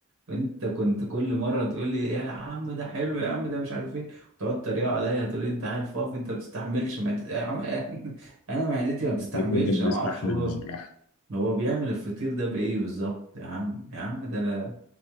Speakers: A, on the right; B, on the left.
A: انت كنت كل مره تقول لي يا عم ده حلو يا عم ده مش عارف ايه وتقعد تريق عليا تقول لي انت عيل فاضي انت ما بتستحملش معد... يا عم <laughs> انا معدتي ما بتستحملش
B: احنا كنا بنستحمل
A: انا ما اعرفش هو
B: بصراحة
A: هو بيعمل الفطير ده بإيه بالظبط يا عم يا عم ده أنا